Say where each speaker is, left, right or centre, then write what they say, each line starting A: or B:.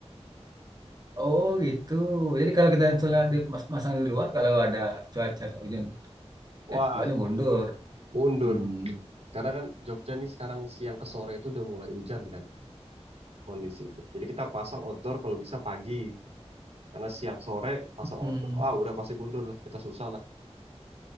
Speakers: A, on the right (about 35°); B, on the right (about 70°).
A: Oh gitu. Jadi kalau kita misalnya dimasang di luar, kalau ada cuaca hujan,
B: Wah,
A: eh, boleh mundur.
B: mundur.
A: Hmm.
B: Karena kan Jogja nih sekarang siang ke sore itu udah mulai hujan kan. kondisi. Jadi kita pasang outdoor kalau bisa pagi. Karena siang sore pasang
A: Hmm.
B: outdoor, ah udah pasti mundur lah, kita susah lah.